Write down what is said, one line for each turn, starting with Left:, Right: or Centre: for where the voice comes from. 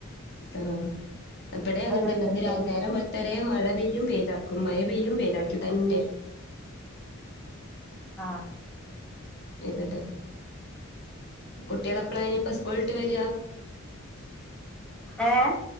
Left: ആ ഇവിടെ അങ്ങനെ തന്നെ
Centre: എടുത്തൊക്കെ
Left: ഇന്ന് നേരം <unintelligible> മഴ പെയ്യും <unintelligible> മഴ പെയ്യും വേലാക്കും ഇത് തന്നെ
Centre: ആഹ്
Left: ഇതല്ലെ കുട്ടികളെപ്പളാ ഇനിപ്പൊ സ്കൂളിട്ട് വരിയാ
Centre: ഏഹ്